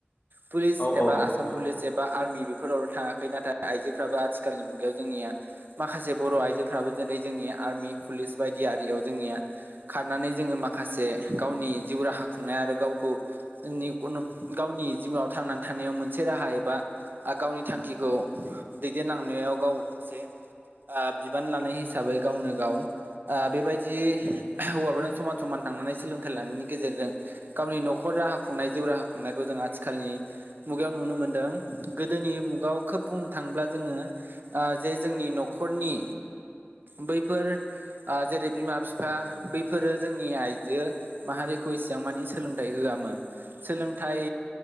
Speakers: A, on the right (about 55°); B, on the left (about 55°).
A: पुलिस
B: औ
A: एबा
B: औ नोंथां
A: आसाम पुलिस एबा आर्मि बेफोराव थाङाखै नाथाय आइजोफ्राबो आथिखालनि मुगायाव जोंनिया माखासे बर' आइजोफ्राबो दिनै जोंनि आर्मि पुलिस बायदि आरियाव जोंनिया खारनानै जोङो माखासे गावनि जिउ राहा खुंनाय आरो गावखौ जोंनि उन गावनि जिउवाव थांनानै थानायाव मोनसे राहा एबा आ गावनि थांखिखौ दैदेनलांनायाव गाव मोनसे ओ बिबान लानाय हिसाबै गावनो गाव ओ बेबायदि हौवाफोरजों समान समान थांनानै सोलोंथाइ लानायनि गेजेरजों गावनि न'खर राहा खुंनाय जिउ राहा खुंनायखौ जों आथिखालनि मुगायाव नुनो मोनदों गोदोनि मुगायाव खोब बुंनो थाङोब्ला जोङो ओ जे जोंनि न'खरनि बैफोर आ जेरै बिमा बिफा बैफोरो जोंनि आइजो माहारिखौ इसेबां मानि सोलोंथाइ होआमोन। सोलोंथाइ